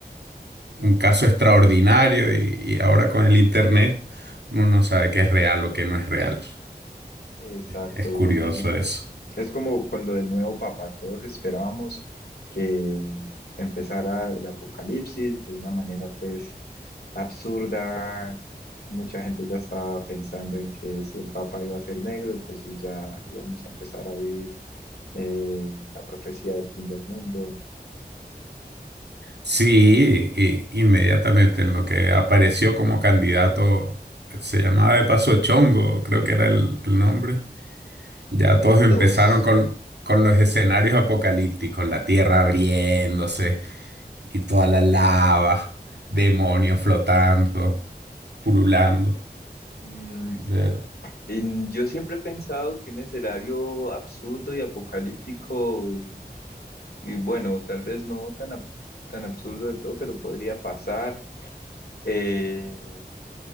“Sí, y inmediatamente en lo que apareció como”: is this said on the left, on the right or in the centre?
Right